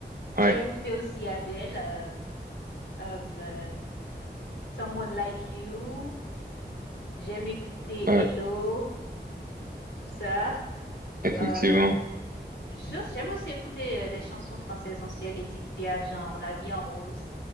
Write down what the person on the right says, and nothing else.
Ouais,
ouais,
effectivement.